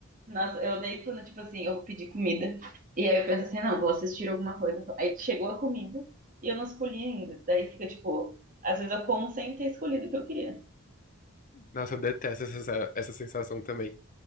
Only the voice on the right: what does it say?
Nossa, eu odeio quando, tipo assim, eu vou pedir comida. E aí eu penso assim, não, vou assistir alguma coisa. Aí chegou a comida e eu não escolhi ainda. Daí fica, tipo, às vezes eu como sem ter escolhido o que eu queria.